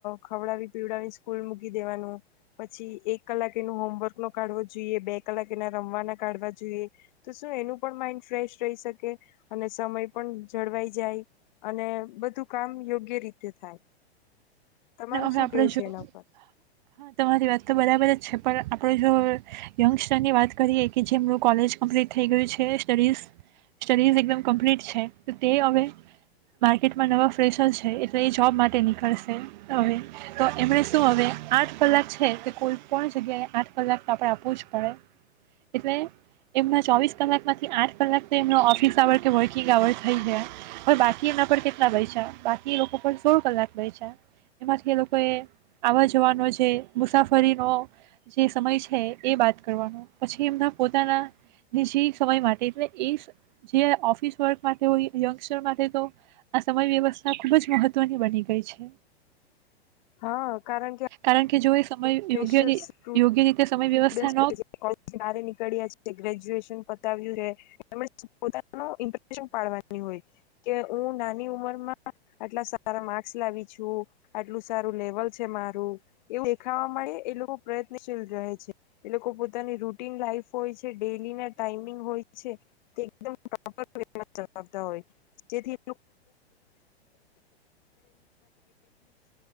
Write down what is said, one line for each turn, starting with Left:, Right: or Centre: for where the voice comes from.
Left: ખવડાવી પીવડાવીને સ્કૂલ મૂકી મૂકી દેવાનું પછી એક કલાક એનું હોમવર્ક નો કાઢવો જોઈએ, બે કલાક એના રમવાના કાઢવા જોઈએ, તો શું એનું પણ માઇન્ડ ફ્રેશ રહી શકે અને સમય પણ જળવાઈ જાય અને બધું કામ યોગ્ય રીતે થાય. તમારું
Right: અ હવે
Left: શું
Right: આપડે
Left: કેવું
Right: જો
Left: છે
Right: હા
Left: એના પર
Right: તમારી વાત તો બરાબર જ છે. પણ આપણે જો યંગસ્ટરની વાત કરીએ કે જેમનું કોલેજ કમ્પ્લીટ થઈ ગયું છે સ્ટડીઝ સ્ટડીઝ એકદમ કમ્પ્લીટ છે તે હવે માર્કેટમાં નવા ફ્રેશર છે એટલે એ જોબ માટે નીકળશે હવે તો એમને શું હવે આઠ કલાક છે તે કોઈ પણ જગ્યાએ આઠ કલાક તો આપડ આપવું જ પડે એટલે એમના ચોવીસ કલાકમાંથી આઠ કલાક એમનો ઓફિસ આવર કે વર્કિંગ આવર થઈ ગયા હવે બાકી એના પર કેટલા બે્યા બાકી લોકો પણ સોળ કલાક બયચા. એમાંથી એ લોકોએ આવવા જવાનો જે મુસાફરીનો જે સમય છે એ બાદ કરવાનો પછી એમના પોતાના નિજી સમય માટે એટલે એ જે ઓફિસ વર્ક માટે હોય યંગસ્ટર માટે તો આ સમય વ્યવસ્થા ખૂબ જ મહત્ત્વની બની ગઈ છે.
Left: હા કારણ કે
Right: કારણ કે જો એ સમય યોગ્ય
Left: પ્રેશર
Right: યોગ્ય રીતે
Left: <inaudible>
Right: સમય વ્યવસ્થા ન
Left: નીકળ્યા છે ગ્રેજ્યુએશન આઇવુ રે એમજ પોતાનો ઇન્ટ્રેસ્ટ <inaudible> પાડવાની હોઈ હું નાની ઉમરમાં આટલા સારા માર્સ લાવી છું આટલું સારું લેવલ છે મારું એવું ખાવા માટેે એ લોકો પ્રયત્નશીલ રહે છે. એ લોકો પોની રૂટીન લાઈફ હોય છે ડેલી ના ટાઈમિંગ હોય છે તે એક દમ પ્રોપર વે મા ચલાવતા હોય જેથી.